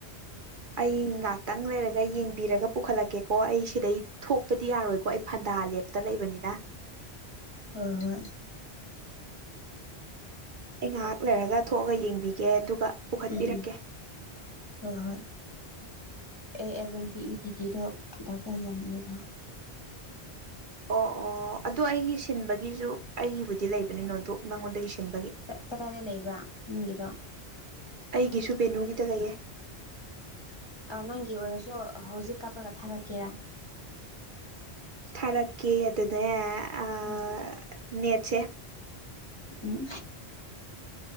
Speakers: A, on the right (about 55°); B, on the left (about 30°).
A: ꯑꯩ ꯉꯥꯇꯪ ꯂꯩꯔꯒ ꯌꯦꯡꯕꯤꯔꯒ ꯄꯨꯈꯠꯂꯛꯀꯦꯀꯣ ꯑꯩ ꯁꯤꯗꯩ ꯊꯣꯛꯄꯗꯤ ꯌꯥꯔꯣꯏꯀꯣ ꯑꯩ ꯐꯟꯗꯥ ꯂꯦꯞꯇ ꯂꯩꯕꯅꯤꯅ
B: ꯍꯣꯏ ꯍꯣꯏ
A: ꯑꯩ ꯉꯥꯏꯍꯥꯛ ꯂꯩꯔꯒ ꯊꯣꯛꯑꯒ ꯌꯦꯡꯕꯤꯒꯦ ꯑꯗꯨꯒ ꯄꯨꯈꯠꯄꯤꯔꯛꯀꯦ
B: ꯎꯝ ꯎꯝ꯫ ꯍꯣꯏ ꯍꯣꯏ ꯑꯦ ꯑꯦꯜ ꯑꯦꯝ ꯄꯤ ꯏ ꯗꯤꯗꯤꯗꯣ ꯗꯔꯀꯥꯔ ꯌꯥꯝꯅꯦꯕ꯫
A: ꯑꯣ ꯑꯣ ꯑꯗꯣ ꯑꯩꯒꯤ ꯁꯤꯟꯕꯒꯤꯖꯨ ꯑꯩꯒꯤꯕꯨꯗꯤ ꯂꯩꯕꯅꯦ ꯅꯣꯠꯕꯨꯛ ꯅꯉꯣꯟꯗꯒꯤ ꯁꯤꯟꯕꯒꯤ꯫
B: ꯀꯗꯥꯏꯗ ꯂꯩꯕ꯭ꯔꯥ ꯅꯪꯒꯤꯗꯣ꯫
A: ꯑꯩꯒꯤꯁꯨ ꯕꯦꯅꯨꯒꯤꯗ ꯂꯩꯩꯌꯦ꯫
B: ꯑ ꯅꯪꯒꯤ ꯑꯣꯏꯔꯁꯨ ꯍꯧꯖꯤꯛ ꯀꯥꯞꯄ꯭ꯔꯥꯒ ꯊꯥꯔꯛꯀꯦꯔꯥ꯫
A: ꯊꯥꯔꯛꯀꯦ ꯑꯗꯗꯅꯦ ꯑꯥ
B: ꯎꯝ
A: ꯅꯦꯠꯁꯦ
B: ꯎꯝ